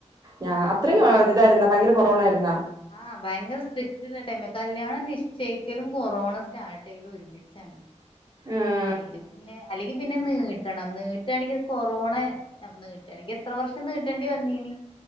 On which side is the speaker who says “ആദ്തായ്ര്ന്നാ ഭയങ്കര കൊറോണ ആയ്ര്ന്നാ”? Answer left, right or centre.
Right